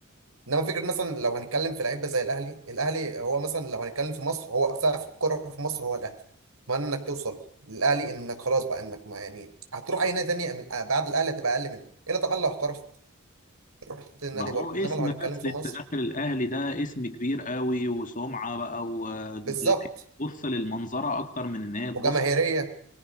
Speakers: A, on the right; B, on the left.
A: انما فكره مثلا لو هنتكلم في لعيبه زي الاهلي الاهلي هو مثلا لو هنتكلم في مصر هو سقف الكوره في مصر هو الاهلي ما انك توصل للاهلي انك خلاص بقى انك ما يعني هتروح اي نادي تاني من- بعد الاهلي هتبقى اقل منه الا طبعا لو احترفت رحت النادي
B: ما هو
A: بره
B: اسم
A: انما لو هنتكلم
B: بس
A: في
B: انت
A: مصر
B: داخل الاهلي ده اسم كبير قوي وسمعه بقى وتبص
A: بالظبط
B: للمنظره اكتر من ان هي تبص
A: وجماهيريه